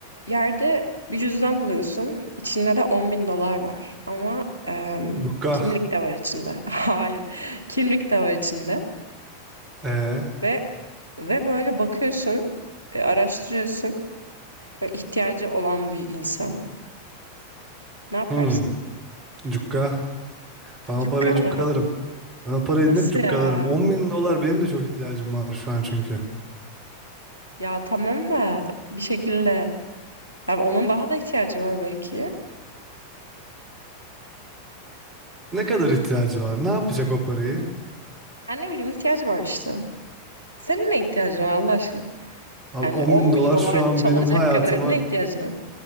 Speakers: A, on the left (about 85°); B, on the right (about 30°).
A: Yerde bir cüzdan buluyorsun. İçinde de on bin dolar var. Ama em,
B: Cukka.
A: kimlik de var içinde. <laughs> Hayır. Kimlik de var içinde.
B: Ee,
A: Ve ve böyle bakıyorsun, e, araştırıyorsun. Böyle ihtiyacı olan bir insan. Ne yaparsın?
B: hmm. Cukka. Ben o
A: Cukka
B: paraya cukka
A: mı?
B: alırım. Ben o parayı
A: Nasıl
B: net cukka
A: ya?
B: alırım. 10 bin dolar benim de çok ihtiyacım var şu an çünkü.
A: Ya tamam da bir şekilde. Ya onun daha da ihtiyacı var belki.
B: Ne kadar ihtiyacı var? Ne yapacak o parayı?
A: Ya ne bileyim ihtiyacı var işte. Senin ne ihtiyacın var Allah aşkına?
B: Abi
A: Yani
B: 10
A: on
B: bin dolar
A: bin dolar
B: şu an
A: çalacak
B: benim hayatımı
A: kadar ne ihtiyacın var?